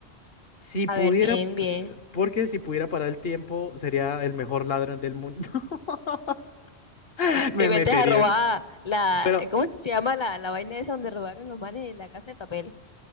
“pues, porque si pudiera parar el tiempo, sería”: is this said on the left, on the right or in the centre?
Left